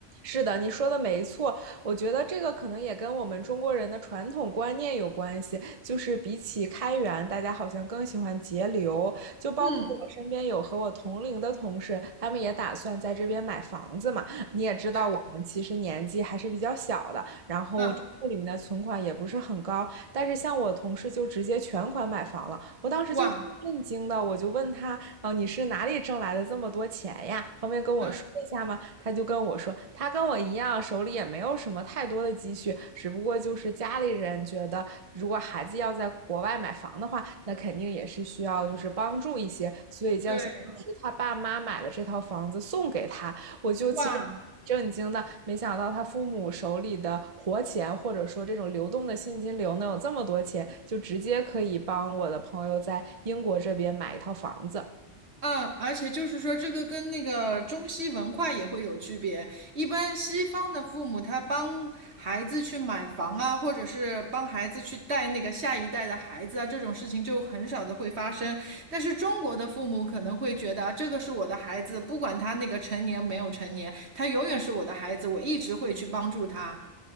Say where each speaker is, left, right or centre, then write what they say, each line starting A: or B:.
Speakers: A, on the right (about 40°); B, on the right (about 65°).
A: 是的，你说的没错。我觉得这个可能也跟我们中国人的传统观念有关系，就是比起开源，大家好像更喜欢节流。就包括我身边有和我同龄的同事，
B: 嗯，
A: 他们也打算在这边买房子嘛。你也知道，
B: 对，
A: 我们其实年纪还是比较小的，然后账户里面的存款也不是很高。
B: 嗯，
A: 但是像我同事就直接全款买房了，我当时就震惊的，
B: 哇，
A: 我就问他，呃，你是哪里挣来的这么多钱呀？方便跟我说一下吗？
B: 嗯，
A: 他就跟我说，他跟我一样，手里也没有什么太多的积蓄，只不过就是家里人觉得，如果孩子要在国外买房的话，那肯定也是需要就是帮助一些，所以就相当于他爸妈买了这套房子送给他。
B: 对，
A: 我就其实震惊的，
B: 哇。
A: 没想到他父母手里的活钱，或者说这种流动的现金流能有这么多钱，就直接可以帮我的朋友在英国这边买一套房子。
B: 嗯，而且就是说，这个跟那个中西文化也会有区别。一般西方的父母，他帮孩子去买房啊，或者是帮孩子去带那个下一代的孩子啊，这种事情就很少的会发生。但是中国的父母可能会觉得啊，这个是我的孩子，不管他那个成年没有成年，他永远是我的孩子，我一直会去帮助他。